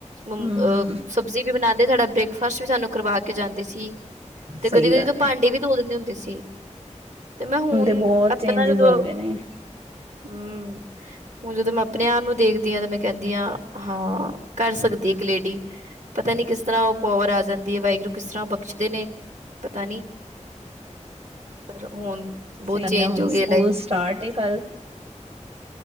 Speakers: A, on the right; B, on the right.
A: ਅਹ
B: ਹਮ
A: ਸਬਜ਼ੀ ਵੀ ਬਣਾਉਂਦੇ ਸਾਡਾ ਬ੍ਰੇਕ ਫਰਸ਼ਟ ਵੀ ਸਾਨੂੰ ਕਰਵਾ ਕੇ ਜਾਂਦੇ ਸੀ, ਤੇ
B: ਸਹੀ
A: ਕਦੀ ਕਦੀ
B: ਗੱਲ
A: ਤੋਂ ਭਾਂਡੇ
B: ਏ
A: ਵੀ ਤੋ ਦਿੰਦੇ ਹੁੰਦੇ ਸੀ। ਤੇ ਮੈਂ ਹੁਣ
B: ਬਹੁਤ
A: ਆਪਣਾ
B: ਚੇਂਜਿਸ
A: ਜਦੋਂ
B: ਹੋ ਗਏ ਨੇ
A: ਹਮ ਹੁਣ ਜਦੋਂ ਮੈਂ ਆਪਣੇ ਆਪ ਨੂੰ ਦੇਖਦੀ ਹਾਂ, ਤੇ ਮੈਂ ਕਹਿੰਦੀ ਹਾਂ ਹਾਂ ਕਰ ਸਕਦੀ ਇੱਕ ਲੇਡੀ। ਪਤਾ ਨੀ ਕਿਸ ਤਰ੍ਹਾਂ ਉਹ ਪਾਵਰ ਆ ਜਾਂਦੀ ਹੈ, ਵਾਹਿਗੁਰੂ ਕਿਸ ਤਰ੍ਹਾਂ ਬਖਸ਼ਦੇ ਨੇ ਪਤਾ ਨੀ। ਬਚੇ ਹੁਣ। ਬਹੁਤ
B: ਕਹਿੰਦੇ
A: ਚੇਂਜ
B: ਹੁਣ
A: ਹੋ ਗਈ
B: ਸਕੂਲ
A: ਲਾਈਫ
B: ਸਟਾਰਟ ਏ ਕੱਲ